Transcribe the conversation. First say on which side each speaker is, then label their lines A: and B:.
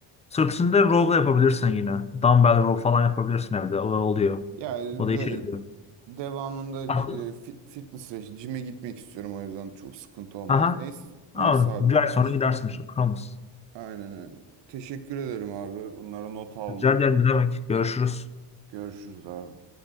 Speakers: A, on the left; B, on the right.
A: Sırtında row da yapabilirsin yine. Dumbbell row falan yapabilirsin evde. O oluyor.
B: Ya
A: O da
B: de,
A: işe yarıyor.
B: devamında
A: Aha.
B: c- e, fit- fitness'e, cime gitmek istiyorum o yüzden çok sıkıntı olmaz.
A: Aha.
B: Neyse,
A: Tamam.
B: neyse abi.
A: Bir ay sonra
B: Teş
A: gidersin işte. Promise.
B: aynen öyle. Teşekkür ederim abi. Bunları not aldım.
A: Rica ederim ne demek. Görüşürüz.
B: Görüşürüz abi.